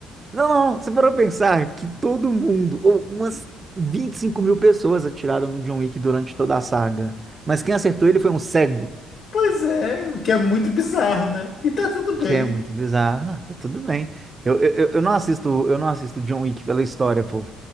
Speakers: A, on the right; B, on the left.
A: Não, não, não, você parou pra pensar que todo mundo, ou umas 25 mil pessoas atiraram no John Wick durante toda a saga. Mas quem acertou ele foi um cego,
B: Pois é, o que é muito bizarro, né? E tá tudo
A: o
B: bem.
A: que é muito bizarro. Ah, tá tudo bem. Eu, eu, eu eu não assisto, eu não assisto John Wick pela história, pô.